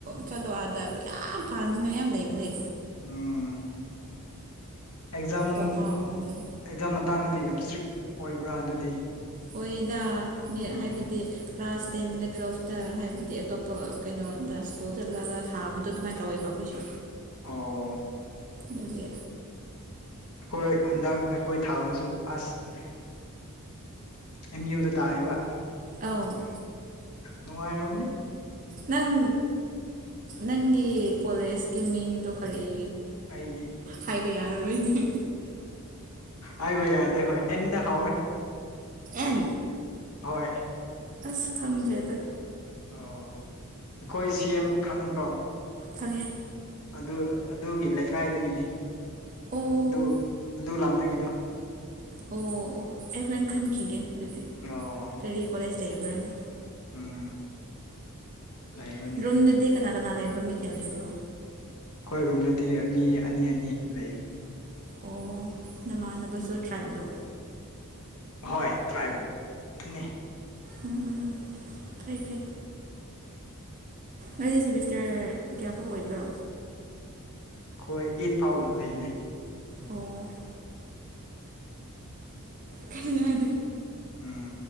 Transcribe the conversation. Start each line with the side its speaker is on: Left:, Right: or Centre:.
Right: ꯆꯠꯂꯣ ꯑꯗ ꯌꯥꯝ ꯐꯅꯤꯉꯥꯏ ꯌꯥꯝ ꯂꯩꯕꯅꯦ
Left: ꯑꯝ ꯑꯦꯛꯖꯥꯝ
Right: ꯀꯣꯛ ꯉꯥꯎꯕꯅꯦꯕ
Left: ꯑꯦꯛꯖꯥꯝ ꯃꯇꯥꯡꯗꯗꯤ ꯌꯥꯝ ꯏꯁꯇ꯭ꯔꯤꯛ ꯑꯣꯏꯕ꯭ꯔꯥ ꯑꯗꯨꯗꯤ
Right: ꯑꯣꯏꯌꯦꯗꯥ ꯃꯤ
Left: ꯎꯝ
Right: ꯍꯥꯏꯕꯗꯤ ꯀ꯭ꯂꯥꯁ ꯇꯦꯟꯒ ꯇꯨꯋꯜꯐꯇ ꯍꯥꯏꯕꯗꯤ ꯑꯇꯣꯞꯄ ꯀꯩꯅꯣꯗ ꯁ꯭ꯀꯨꯜ ꯆꯠꯂꯒ ꯊꯥꯕꯗꯣ ꯑꯗꯨꯃꯥꯏꯅ ꯇꯧꯋꯦꯕ ꯑꯈꯣꯏꯁꯨ
Left: ꯑꯣ
Right: ꯑꯗꯨꯒꯤ
Left: ꯍꯣꯢ ꯍꯟꯗꯛ ꯑꯈꯣꯏ ꯊꯥꯕꯁꯨ ꯑꯁ ꯑꯦꯝ ꯌꯨꯗ ꯇꯥꯥꯢꯌꯦꯕ
Right: ꯑꯥꯎ
Left: ꯅꯨꯡꯉꯥꯏꯔꯝꯒꯅꯤ
Right: ꯅꯪ ꯅꯪꯒꯤ ꯀꯣꯂꯦꯖꯀꯤ ꯃꯤꯡꯗꯣ ꯀꯔꯤ
Left: ꯑꯩꯗꯤ
Right: ꯍꯥꯏꯕ ꯌꯥꯔꯔꯣꯏꯅꯦ
Left: ꯍꯥꯏꯕ ꯌꯥꯗꯦ ꯍꯣꯏ ꯑꯦꯟꯗ ꯍꯥꯎꯔꯦ
Right: ꯑꯦꯟ
Left: ꯍꯣꯏ
Right: ꯑꯁ ꯈꯪꯗ꯭ꯔꯦꯗ
Left: ꯑꯣ ꯑꯩꯈꯣꯏ ꯁꯤ ꯑꯦꯝ ꯈꯪꯉꯤꯀꯣ
Right: ꯈꯪꯉꯦ
Left: ꯑꯗꯨ ꯑꯗꯨꯒꯤ ꯂꯩꯀꯥꯏꯗꯒꯤꯅꯤ
Right: ꯑꯣ
Left: ꯑꯗꯨ
Right: ꯑꯣ
Left: ꯑꯗꯨ ꯂꯝꯗꯒꯤꯗꯣ
Right: ꯑꯣ ꯑꯣ ꯑꯩ ꯍꯣꯔꯦꯟ ꯈꯠꯈꯤꯒꯦ ꯑꯗꯨꯗꯤ
Left: ꯑꯣ
Right: ꯀꯔꯤ ꯀꯣꯂꯦꯖ ꯂꯩꯕ꯭ꯔꯥꯅ
Left: ꯎꯝ ꯂꯩꯔꯣꯏꯅꯦ ꯑꯗꯨꯗ
Right: ꯔꯨꯝꯗꯨꯗꯤ ꯀꯅꯥ ꯀꯅꯥ ꯂꯩꯕ꯭ꯔꯣ ꯃꯤ ꯀꯌꯥ ꯂꯩꯕ꯭ꯔꯣ
Left: ꯑꯩꯈꯣꯏ ꯔꯨꯝꯗꯗꯤ ꯃꯤ ꯑꯅꯤ ꯑꯅꯤ ꯂꯩꯌꯦ
Right: ꯑꯣ ꯅꯃꯥꯟꯅꯕꯁꯨ ꯇ꯭ꯔꯥꯏꯞꯂꯣ
Left: ꯍꯣꯏ ꯇ꯭ꯔꯥꯏꯞ ꯇꯅꯤ
Right: ꯎꯝ ꯎꯝ ꯎꯝ ꯐꯩ ꯐꯩ ꯅꯣꯏꯁꯦ ꯁꯦꯃꯤꯁꯇꯔ ꯀꯌꯥꯐꯥꯎ ꯑꯣꯏꯕ꯭ꯔꯣ
Left: ꯑꯈꯣꯏ ꯏꯠ ꯐꯥꯎ ꯂꯩꯅꯦ
Right: ꯑꯣ ꯀꯔꯤ ꯍꯥꯏ
Left: ꯎꯝ